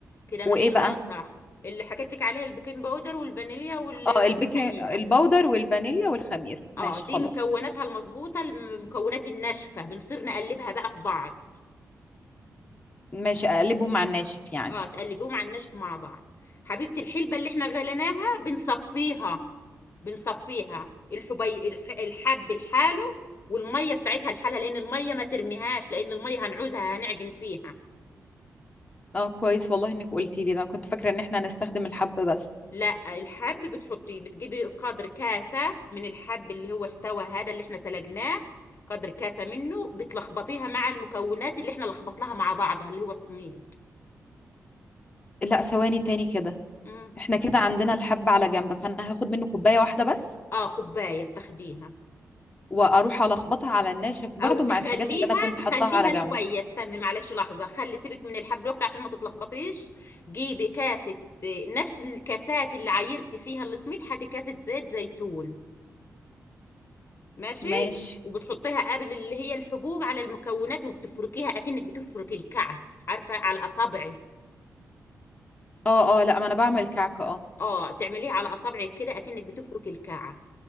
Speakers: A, on the left; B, on the left.
A: كده
B: وايه
A: ماشية
B: بقى
A: معايا صح اللي حكيت لك عليها البيكنج باودر والفانيليا وال-
B: اه البيكنج
A: والخميرة
B: الباودر والفانيليا والخميره ماشي
A: اه دي
B: خلاص
A: مكوناتها المظبوطة المكونات الناشفة بنصير نقلبها بقى في بعض
B: ماشي اقلبهم مع الناشف يعني
A: اه تقلبيهم على الناشف مع بعض حبيبة الحلبة اللي احنا غليناها بنصفيها بنصفيها الحبي الح... الحب لحاله والمية بتاعتها لحالها لأن المية ما ترميهاش لأن المية هنعوزها هنعجن فيها
B: اه كويس والله انك قلتي لي ده أنا كنت فاكره ان احنا هنستخدم الحب بس
A: لا الحب بتحطيه بتجيبي قدر كاسة من الحب اللي هو استوى هذا اللي احنا سلقناه قدر كاسة منه بتلخبطيها مع المكونات اللي احنا لخبطناها مع بعضها اللي هو السميد
B: لا ثواني تاني كده
A: مم.
B: احنا كده عندنا الحب على جنب فانا هاخد منه كوبايه واحده بس
A: اه كوباية بتاخديها
B: واروح الخبطها على الناشف برضو
A: او تخليها
B: مع الحاجات اللي انا كنت
A: تخليها
B: حطاها على جنب
A: شوية استني معلش لحظة خلي سيبك من الحب الوقت عشان ما تتلخبطيش جيبي كاسة آه، نفس الكاسات اللي عايرتي فيها السميد هاتي كاسة زيت زيتون ماشي
B: ماشي
A: وبتحطيها قبل اللي هي الحبوب على المكونات وبتفركيها اكنك بتفرك الكعك عارفه على اصابعك
B: اه اه لا ما انا بعمل كعكه اه
A: اه تعمليها على اصابعك كده اكنك بتفرك الكعك